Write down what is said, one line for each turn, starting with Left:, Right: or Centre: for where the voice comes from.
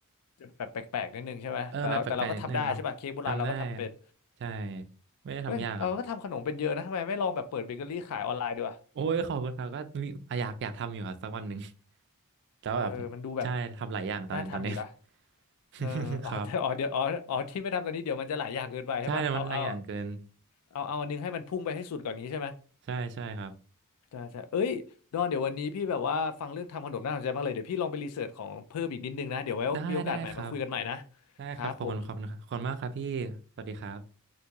Left: แบบแปลกๆนิดนึงใช่ไหมแต่เราแต่เราก็ทำได้ใช่ป่ะเค้กโบราณเราก็ทำเป็น
Right: เออแบบแปลกๆนิดนึงทำได้ใช่ไม่ได้ทำยากครับ
Left: เฮ้ยเราก็ทำขนมเป็นเยอะนะทำไมไม่ลองแบบเปิดเบเกอรี่ขายออนไลน์ดีวะ
Right: โอ้ยขอบคุณครับก็มีอยากอยากทำอยู่ครับสักวันหนึ่ง <laughs> แล้วแบบใช่ทำหลายอย่างตอนนี้ตอนนี้
Left: เออมันดูแบบน่าทำอยู่นะ
Right: <laughs>
Left: เอออ๋อแต่อ๋อเดี๋ยวอ๋ออ๋อที่ไม่ทำตอนนี้เดี๋ยวมันจะหลายอย่างเกินไปใช่ป่ะเอาเอา
Right: ครับใช่แต่มันหลายอย่างเกิน
Left: เอาเอาอันนึงให้มันพุ่งไปให้สุดก่อนนี้ใช่ไหม
Right: ใช่ใช่ครับ
Left: ใช่ใช่เอ้ยดอนเดี๋ยววันนี้พี่แบบว่าฟังเรื่องทำขนมน่าสนใจมากเลยเดี๋ยวพี่ลองไปรีเสิร์ชของเพิ่มอีกนิดนึงนะเดี๋ยวไว้มีโอกาสใหม่มาคุยกันใหม่นะ
Right: ได้ได้ครับ ได้ครับขอบคุณครับขอบคุณมากครับพี่สวัสดีครับ
Left: ครับผม